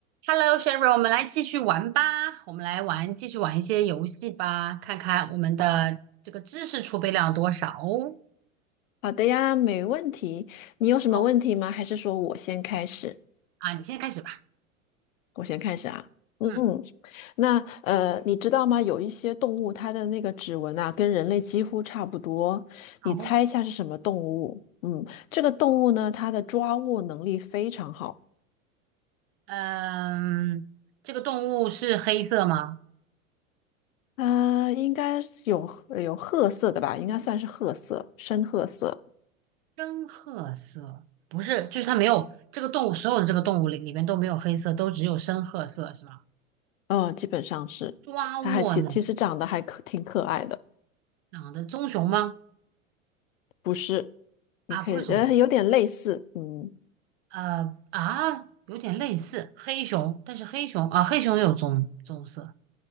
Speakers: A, on the right (about 50°); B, on the left (about 70°).
A: Hello, Sherry，我们来继续玩吧。我们来玩，继续玩一些游戏吧，看看我们的这个知识储备量有多少哦。
B: 好的呀，没问题。你有什么问题吗？
A: 好
B: 还是说我先开始？
A: 啊，你先开始吧。
B: 我先开始啊。嗯，
A: 嗯，
B: 那呃，你知道吗？有一些动物它的那个指纹啊，跟人类几乎差不多。
A: 好。
B: 你猜一下是什么动物？嗯，这个动物呢，它的抓握能力非常好。
A: 嗯，这个动物是黑色吗？
B: 啊、应该是有呃有褐色的吧？应该算是褐色，深褐色。
A: 深褐色，不是，就是它没有这个动物，所有的这个动物里里面都没有黑色，都只有深褐色，是吗？
B: 嗯，基本上是。
A: 抓握呢？
B: 它还其其实长得还可挺可爱的，
A: 长的棕熊吗？
B: 不是？你可以呃，
A: 啊，不是棕熊。
B: 有点类似，嗯。
A: 呃啊，有点类似黑熊，但是黑熊啊，黑熊有棕棕色。